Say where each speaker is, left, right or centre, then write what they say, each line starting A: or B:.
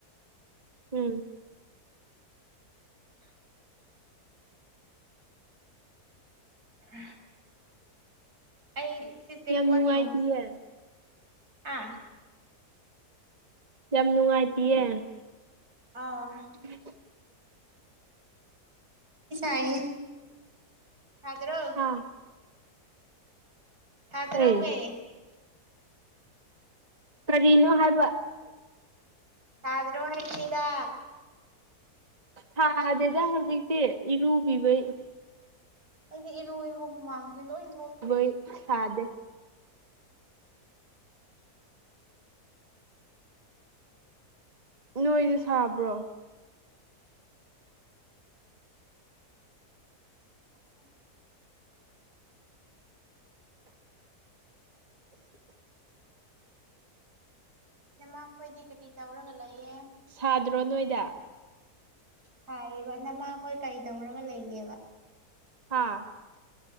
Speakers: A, on the right; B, on the right.
A: ꯎꯝ
B: <unintelligible> <unintelligible> ꯑꯩ ꯁꯤ ꯆꯦꯀꯣꯟ
A: ꯌꯥꯝ ꯅꯨꯡꯉꯥꯏꯇꯤꯌꯦ
B: ꯌꯥꯎꯕ ꯑꯥ
A: ꯌꯥꯝ ꯅꯨꯡꯉꯥꯏꯇꯤꯌꯦ
B: ꯑꯧ
A: <unintelligible>
B: ꯁꯥꯏꯍ‌ꯦ ꯁꯥꯗꯔꯣ
A: ꯍꯥ
B: ꯁꯥꯗꯔꯣ
A: ꯀꯩ
B: ꯃꯤ
A: ꯀꯔꯤꯅꯣ ꯍꯥꯏꯕ
B: ꯁꯗ꯭ꯔꯣ ꯍꯥꯏꯕꯅꯤꯗ
A: ꯁꯥꯗꯦꯗ ꯍꯧꯖꯤꯛꯇꯤ ꯏꯔꯨꯒꯤꯕꯩ
B: ꯑꯩꯗꯤ ꯏꯔꯨꯏꯕꯨ ꯍꯨꯃꯥꯡꯁꯦ ꯂꯣꯏ ꯊꯣꯛ
A: ꯕꯣꯏ ꯁꯥꯗꯦ ꯅꯣꯏꯗ‌‌ꯣ ꯁꯥꯕ꯭ꯔꯣ
B: <inaudible> ꯏꯃꯈꯣꯏꯗꯤ ꯀꯔꯤ ꯇꯧꯔꯒ ꯂꯩꯌꯦ
A: ꯁꯥꯗ꯭ꯔꯣ ꯅꯣꯏꯗ
B: ꯁꯥꯏꯌꯦꯕ ꯅꯃꯥꯈꯣꯏ ꯀꯔꯤ ꯇꯧꯔꯒ ꯂꯩꯒꯦꯕ
A: ꯍꯥꯥ